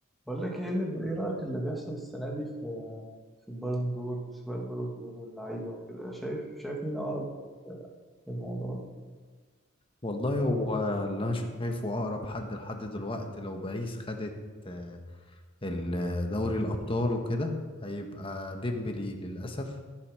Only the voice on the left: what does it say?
والله هو اللي انا شايفه اقرب حد لحد دلوقتي لو باريس خدت آه، ال- دوري الابطال وكده هيبقى ديمبلي للاسف